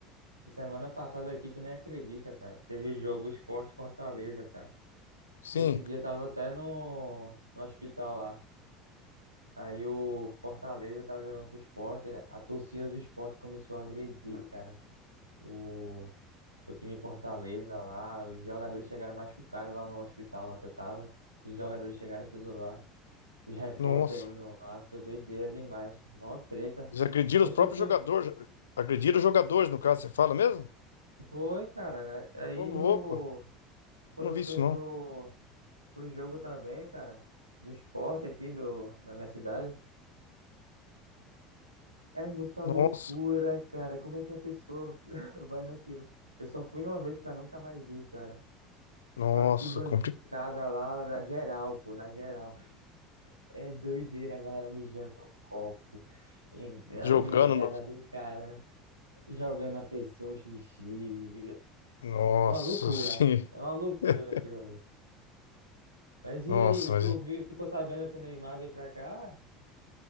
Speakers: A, on the right; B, on the left.
A: semana passada aqui tu nem acredita, cara. Teve jogo Sport Fortaleza, cara.
B: Sim.
A: Nesse dia eu tava até no, no hospital lá. Aí o Fortaleza tava jogando com o Sport. A torcida do Sport começou a agredir, cara. O, o time de Fortaleza lá, os jogadores chegaram machucados lá no hospital lá que eu tava. Os jogadores chegaram tudo lá. Os repórteres
B: Nossa.
A: indo lá, foi doideira demais. Mó treta.
B: Eles agrediram
A: Oxe,
B: os próprios
A: eu fui.
B: jogadores. Agrediram os jogadores, no caso, você fala mesmo?
A: Foi, cara. Aí
B: Ô, louco.
A: o. Quando
B: Não
A: eu
B: vi isso,
A: fui pro,
B: não.
A: pro jogo também, cara, do esporte aqui do, da minha cidade, é muita loucura,
B: Nossa,
A: cara. Como é que a pessoa <laughs> vai naquilo? Eu só fui uma vez pra nunca mais ir, cara.
B: nossa,
A: Arquibancada
B: complicado.
A: lá na geral, pô, na geral. É doideira a galera mijando no copo, em- a
B: Jogando
A: negada
B: no.
A: do cara, jogando a pessoa xixi.
B: Nossa,
A: É uma loucura,
B: sim.
A: é uma loucura
B: <laughs>
A: aquilo ali. Mas
B: Nossa,
A: e aí, o-
B: mas.
A: tu vi- ficou sabendo que o Neymar veio pra cá,